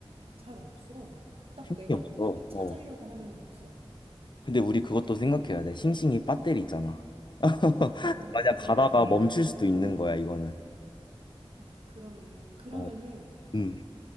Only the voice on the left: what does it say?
이게
없어.
어.
근데 우리 그것도 생각해야 돼. 싱싱이 배터리 있잖아. <laughs>
만약
가다가 멈출 수도 있는 거야, 이거는.
어. 음.